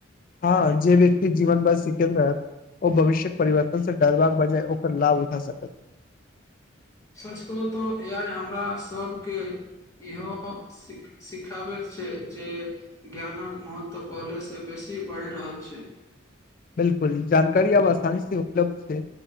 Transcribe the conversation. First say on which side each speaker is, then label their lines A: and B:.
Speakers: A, on the left (about 45°); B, on the left (about 15°).
A: हाँ जे व्यक्ति जीवन भरि सिखैत रहत ओ भविष्यक परिवर्तन से डरबाक बजाय ओ लाभ उठा सकत
B: सच कहू तऽ ए आइ हमरा सभकेँ इहो सिख- सिखाबैत छै जे ज्ञानक महत्व पहिलेसँ बेसी बढ़ि रहल छै
A: बिल्कुल जानकारी अब आसानी से उपलब्ध छै